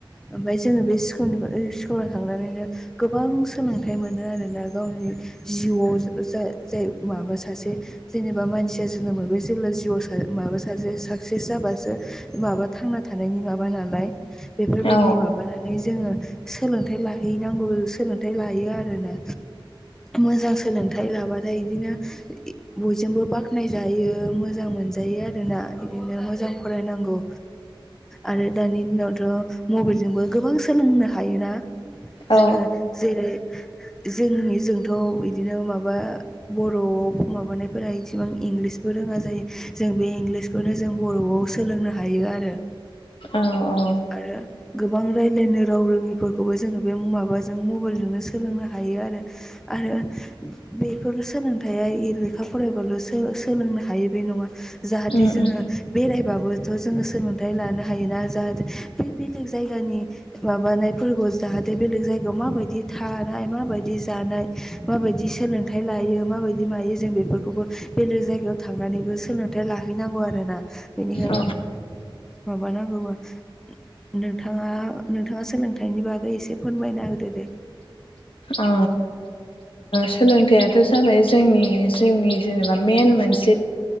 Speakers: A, in the centre; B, on the left.
A: ओमफ्राय जोङो बे स्कुलनि स्कुलाव थांनानैनो गोबां सोलोंथाइ मोनो आरो गावनि जिउआव जाय माबा सासे जेनेबा मानसिया जोनोम मोनबाय ज जेब्ला जिउआव माबा सासे साक्सेस जाबासो माबा थांना थानायनि माबा नालाय बेफोरबायदि
B: औ
A: माबानानै जोङो सोलोंथाइ लाहैनांगौ सोलोंथाइ लायो आरोना मोजां सोलोंथाइ लाब ओमफ्राय बिदिनो बयजोंबो बाख्नायजायो मोजां मोनजायो आरोना बिदिनो मोजां फरायनांगौ आरो दानि दिनावथ मबाइलजोंबो गोबां सोलोंनो हायोना जोङो
B: औ
A: जेरै जोंनि जोंथ' बिदिनो माबा बर' माबानायफोरा इसेबां इंलिसबो रोङा जों बे इंलिसखौनो जों बर'आव सोलोंनो हायो आरो
B: औ औ
A: आरो गोबां रायज्लायनो राव रोङिफोरखौबो जोङो बे माबाजों मबाइलजोंनो सोलोंनो ह हायोआरो बेफोर सोलोंथाइ लेखा फरायबाल'ों हायो बे नङा जाहाथे
B: उम
A: जोङो
B: उम
A: बेराय जोङो सोलोंथाइ लानो हायोोना जाहाथे बै बेलेग जायगानि माबानायफोरखौ जाहाथे बेलेग जायगायाव माबायदि थार थानाय माबिदि जिनाय माबादि सोलोंथाय लायो माबादि मायो जों बेफोरखौबो जायगायाव थांनानैबो सोलोंथाइ लाहैनांगौ आरोना बेनिखायनो
B: औ
A: माबानांगौ मा नोंथाङा नोंथाङा सोलोंथाइनि बागै एसे फोरमायना होदो दे
B: औ सोलोंथाइयाथ जाबाय जोंनि जिउनि जेनेबा मेन मोन से